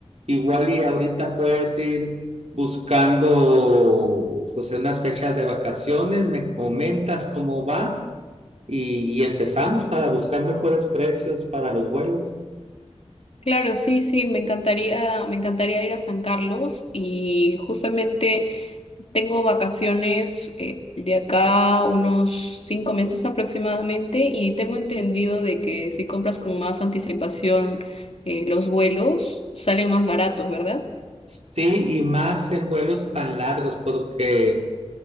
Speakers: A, on the right; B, on the left.
A: igual y ahorita puedes ir buscando pues unas fechas de vacaciones, me comentas cómo va y, y empezamos para buscar mejores precios para los vuelos.
B: Claro, sí, sí, me encantaría, me encantaría ir a San Carlos y justamente tengo vacaciones eh, de acá unos cinco meses aproximadamente y tengo entendido de que si compras con más anticipación eh, los vuelos salen más baratos, ¿verdad?
A: Sí, y más en vuelos tan largos, porque...